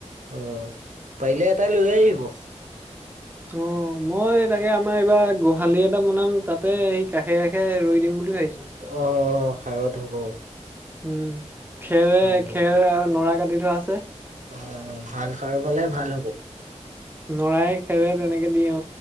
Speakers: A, on the right (about 90°); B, on the right (about 15°).
A: অ পাৰিলে এটাাই লৈ আহিব
B: অ মই তাকে আমাৰ এইবাৰ গোহালি এটা বনাম তাতে সেই কাষে কাষে ৰই দিম বুলি ভাবিছো
A: অ খাইত হ'ব
B: উম খেৰে
A: ভাল হ'ব
B: খেৰ নৰা কাটি থোৱা আছে
A: অ ভাল সাৰ গালে ভাল হ'ব
B: নৰাই খেৰে তেনেকে দি অ